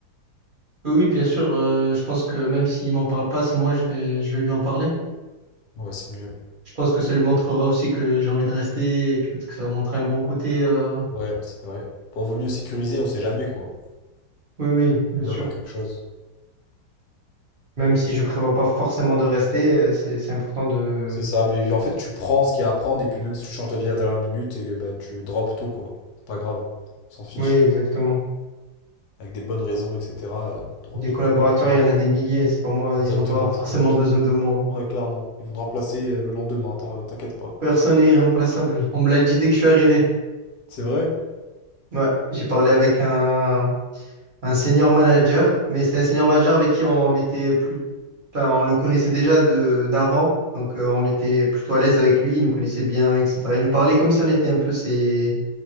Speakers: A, on the right; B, on the left.
A: oui, bien sûr, euh, je pense que même s'il m'en parle pas, c'est moi, je vais, je vais lui en parler.
B: Ouais, c'est mieux.
A: Je pense que ça lui montrera aussi que j'ai envie de rester et peut-être que ça va montrer un bon côté. euh.
B: Ouais, c'est vrai. Bon, vaut mieux sécuriser, on sait jamais quoi.
A: Oui, oui, bien
B: Mieux
A: sûr.
B: avoir quelque chose.
A: Même si je prévois pas forcément de rester, euh, c'est, c'est important de...
B: C'est ça, mais en fait, tu prends ce qu'il y a à prendre et puis même si tu changes d'avis à la dernière minute, et, bah, tu drops tout quoi. C'est pas grave, on s'en fiche.
A: Oui, exactement.
B: Avec des bonnes raisons, etc. euh, t'auras
A: Des
B: tout,
A: collaborateurs,
B: tout- tout- tout.
A: il y en a des milliers. C'est pas moi,
B: Exactement,
A: ils n'ont pas forcément
B: c'est pas toi qui.
A: besoin de moi.
B: Ouais, clairement. Ils vont te remplacer euh, le lendemain, t'en- euh, t'inquiète pas.
A: Personne n'est irremplaçable. On me l'a dit dès que je suis arrivé.
B: C'est vrai?
A: Ouais, j'ai parlé avec un, un senior manager, mais c'était un senior manager avec qui on était plus, enfin, on le connaissait déjà de d'avant, donc euh, on était plutôt à l'aise avec lui. Il nous connaissait bien, etc. Il nous parlait comme si on était un peu ses